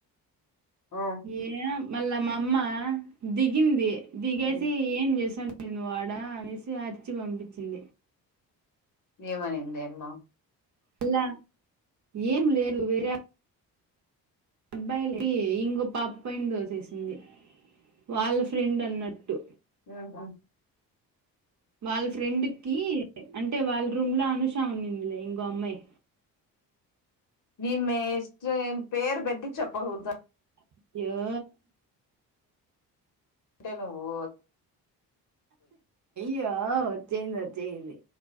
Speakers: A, on the left (about 40°); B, on the right (about 35°).
A: ఆ
B: ఏ మళ్ళా మమ్మ దిగింది దిగేసి
A: మ్మ్
B: ఏం చేసాన్ నువ్వాడ అనేసి అరిచి పంపించింది.
A: ఏమనిందే అమ్మా
B: అలా ఏంలేదు వేరే అబ్బాయిలకి ఇంకో పాప పైన దోసేసింది. వాళ్ళ ఫ్రెండ్ అన్నట్టు.
A: ఆహ
B: వాళ్ళ ఫ్రెండ్ కి అంటే వాళ్ళ రూమ్ లో అనుషా ఉన్నిందిలే ఇంగో అమ్మాయ్.
A: <unintelligible> పేర్ పెట్టి చెప్పకూడదు
B: అయ్యో
A: అంటే నువ్
B: యోయ్ వచ్చెంది వచ్చెంది